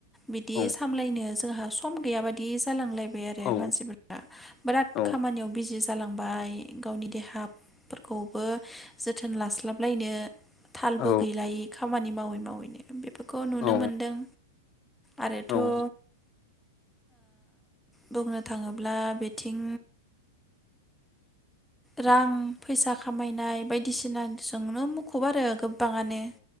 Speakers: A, in the centre; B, on the left.
A: बिदि
B: औ
A: सामलायनो जोंहा सम गैया बादि जालांलाय बाय आरो
B: औ
A: मानसिफोरना बिराद
B: औ
A: खामानियाव बिज जि जालांबाय गावनि देहा फोर खौबो जोथोन लास्लाबलायनो तालबो
B: औ
A: गैलायि खामानि मावै मावैनो बेफोरखौ खौ नुनो
B: औ
A: मोनदों। आरोथ'
B: औ
A: ओ बुंनो थाङोब्ला बे थिं रां फैसा खामायनाय बायदिसिनाजोंनो मुखुब आरो गोब बाङानो